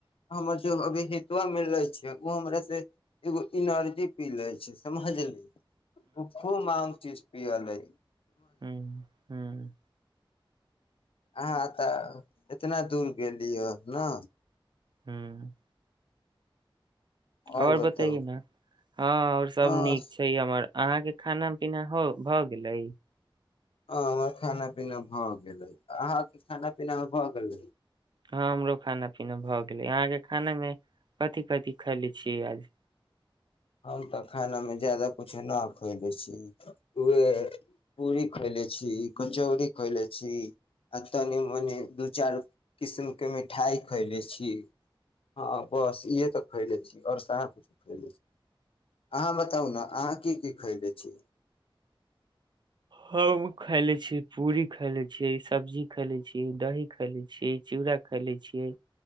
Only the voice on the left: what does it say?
हमर जो अभि हत्वा मिलै छैय ओ हमर से एगो एनर्जी पीले छैय समझलिय <unintelligible> <unintelligible> पी अलै
अहाँ तऽ इतना दूर गेलिय ह ने
आओर
बताउ
हँ
हँ हमर खाना पीना भऽ गेलै अहाँके खाना पीना भऽ गेलै
हम तऽ खानामे ज्यादा कूछो ना खयले छी उहे पूरी खयले छी कचौड़ी खयले छी आ तनि मनि दू चार किस्मके मिठाइ खयले छी हँ बस इह तऽ खयले छी ओर कहा कुछो अहाँ बताउ ने अहाँ की की खैले छी